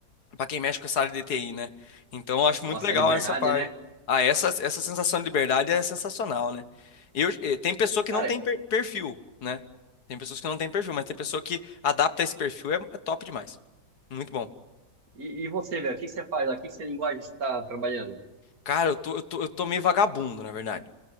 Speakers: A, on the left (about 60°); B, on the right (about 55°).
A: Pra quem mexe com essa área de TI, né? Então, eu acho
B: Nossa,
A: muito legal
B: liberdade,
A: essa parte.
B: né?
A: Ah, essa, essa sensação de liberdade é sensacional, né? E eu, eh, tem pessoa que
B: Cara,
A: não tem per- perfil, né? Tem pessoas que não tem perfil, mas tem pessoa que adapta esse perfil, é, é top demais. Muito bom.
B: e, e você, velho? O que que você faz lá? O que que você linguagem está trabalhando?
A: Cara, eu tô, eu tô, eu tô meio vagabundo, na verdade.